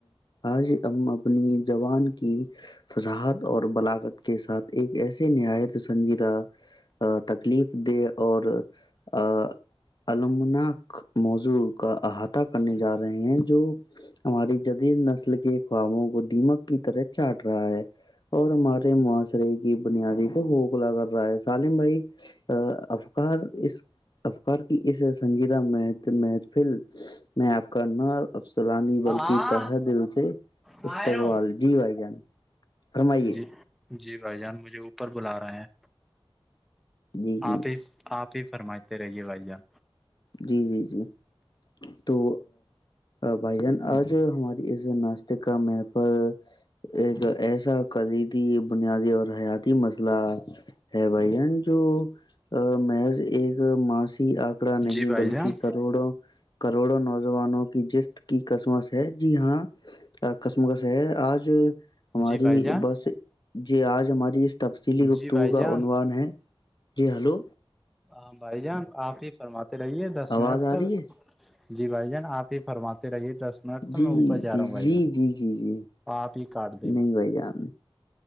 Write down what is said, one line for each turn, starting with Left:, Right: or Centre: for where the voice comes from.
Left: آج ہم اپنی زبان کی فضاحت اور بلاغت کے ساتھ ایک ایسے نایت سنجیدہ تکلیف دے اور آ عمناک موضوع کا احاطہ کرنے جا رہے ہیں جو ہماری جدید نسل کے خوابوں کو دیمک کی طرح چاٹ رہا ہے اور ہمارے معاشرے کی بنیادی کو خوقلا کر رہا ہے سالم بھائی افکار اس افکار کی اس سنجیدہ م محفل میںف کرنا افسلانی بلکہ
Centre: ہاں
Left: تح دل سے
Centre: آ
Left: استقبال
Centre: رہا ہوں
Left: جی بھائی جان فرمائیے
Centre: جی جی بھائی جان مجھے اوپر بلا رہے ہیں
Left: جی جی
Centre: آپ ہی آپ ہی فرماتتے رہیے بھائی جان
Left: جی جی جی تو بھائی جان آج ہماری اس ناستے کا م پر ایک ایسا کلیدی بنیادی اور حیاتی مسئلہ ہے بھائی جان جو محض ایک ماسی آ ککڑا نہیں
Centre: جی بھائی
Left: بلکہ
Centre: جان
Left: کروڑوں کروڑوں نوجوانوں کی جش کی قسمش ہے جی ہاں کسمکس ہے آج ہماری
Centre: جی بھائی جان
Left: بس یہ آج ہماری اس تفصیلی گفتگو
Centre: جی بھائی
Left: کا
Centre: جان
Left: عنوان ہے جی ہلو
Centre: ہاں بھائی جان آپ ہی فرماتے رہیے دس
Left: آواز
Centre: منٹ
Left: آ
Centre: تک
Left: رہی ہے
Centre: جی بھائی جان آپ ہی فرماتے رہیے دس منٹ تو
Left: جی
Centre: میں اوپر جا
Left: جی
Centre: رہا ہوں بھائی
Left: جی
Centre: جان
Left: جی جی جی
Centre: آپ ہی کاٹ دینا
Left: نہیں بھائی جان